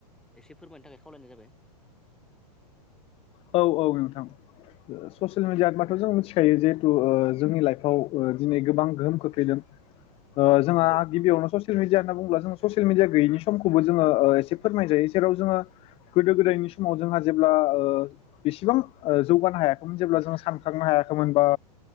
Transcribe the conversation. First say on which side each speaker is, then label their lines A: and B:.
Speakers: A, in the centre; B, on the left.
A: एसे फोरमायनो थाखाय खावलायनाय जाबाय।
B: औ औ नोंथां ससियेल मिडियाबाथ' जों मिथिखायो जिहेथु ओ जोंनि लाइफआव ओ दिनै गोबां गोहोम खोख्लैदों। ओ जोंहा
A: नंगौ
B: गिबियावनो ससियेल मिडिया होनना बुंङोब्ला जोंङो ससि‌ ससियेल मिडिया गैयिनि समखौबो जोङो ओ एसे फोरमायजायो जेराव जोङो गोदो गोदायनि समाव जोंहा जेब्ला ओ बेसिबां जौगानो हायाखैमोन जेब्ला जों सानखांनो हायाखैमोन बा